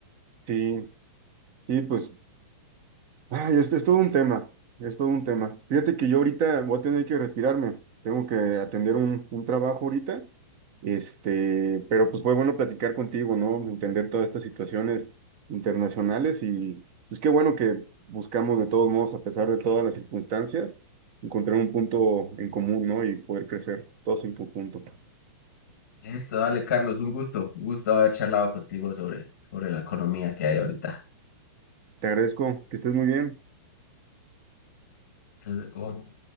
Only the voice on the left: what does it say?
Listo, dale Carlos, un gusto, un gusto haber charlado contigo sobre, sobre la economía que hay ahorita.
Hasta luego.